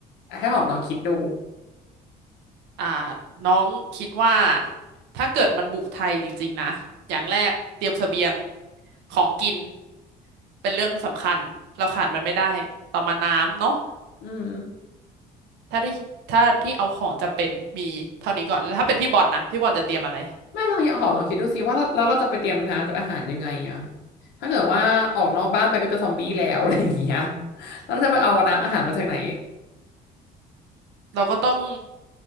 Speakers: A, on the left; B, on the right.
A: อ่ะให้หอมลองคิดดู
B: อ่าน้องคิดว่าถ้าเกิดมันบุกไทยจริงๆนะอย่างแรกเตรียมเสบียงของกินเป็นเรื่องสำคัญเราขาดมันไม่ได้ต่อมาน้ำเนาะ
A: อืม
B: ถ้าที่ถ้าที่เอาของจำเป็นมีเท่านี้ก่อนแล้วถ้าเป็นพี่บอลนะพี่บอลจะเตรียมอะไร
A: ไม่ลองหอมลองคิดดูสิว่าแล้วแล้วเราจะไปเตรียมน้ำกับอาหารยังไงอะถ้าเกิดว่าออกนอกบ้านไปก็เจะซอมบี้แล้วอะไรอย่างเงี้ยแล้วเราจะไปเอาน้ำอาหารมาจากไหน
B: เราก็ต้อง